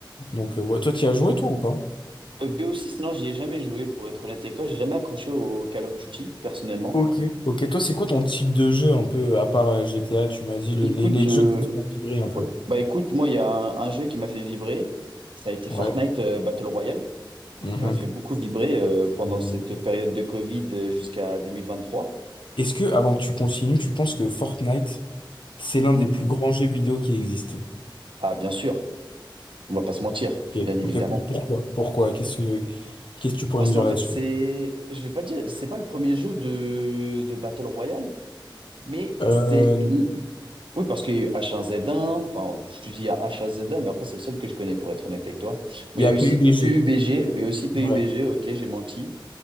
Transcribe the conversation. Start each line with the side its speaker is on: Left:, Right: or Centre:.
Left: Donc, euh, ouais, toi, tu as joué, toi, ou pas?
Right: Euh, B o 6 non, j'y ai jamais joué, pour être honnête avec toi, j'ai jamais accroché au Call of Duty, personnellement.
Left: Ok. Ok, toi, c'est quoi ton type de jeu, un peu, à part euh, GTA, tu m'as dit, le-
Right: Écoute,
Left: les, les
Right: euh,
Left: jeux qui te font vibrer un peu.
Right: ouais. Bah écoute, moi, il y a un, un jeu qui m'a fait vibrer, ça a été
Left: Ouais.
Right: Fortnite euh, Battle Royale,
Left: Mhm.
Right: qui m'a fait beaucoup vibrer euh, pendant
Left: Mhm.
Right: cette période de Covid euh, jusqu'à 2023.
Left: Est-ce que, avant que tu continues, tu penses que Fortnite, c'est l'un
Right: Mhm.
Left: des plus grands jeux vidéo qui existait
Right: Ah, bien sûr, on va pas se mentir,
Left: Ok,
Right: bien évidemment.
Left: ok, pour- pourquoi? Pourquoi? Qu'est-ce que qu'est-ce que tu pourrais
Right: Parce
Left: me dire
Right: qu'en fait,
Left: là-dessus?
Right: c'est, je vais pas dire, c'est pas le premier jeu de, de Battle Royale, Mais
Left: Euh,
Right: c'est. Oui, parce qu'il y a eu H1Z1, enfin, je te dis il y a H1Z1, mais après, c'est le seul que je connais, pour être honnête avec toi. Mais
Left: Il y
Right: il y
Left: a
Right: a eu
Left: PUBG.
Right: aussi PUBG, il y a aussi PUBG,
Left: Ouais.
Right: ok, j'ai menti.